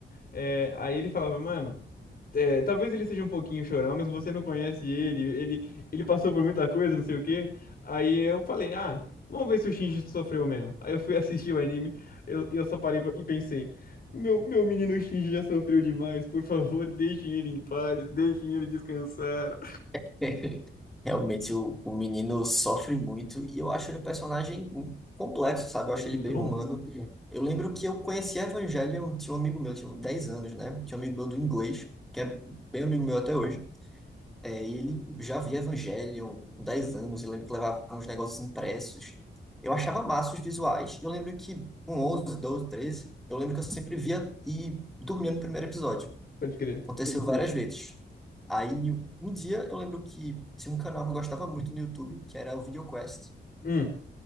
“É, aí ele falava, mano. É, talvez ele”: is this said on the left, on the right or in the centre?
Left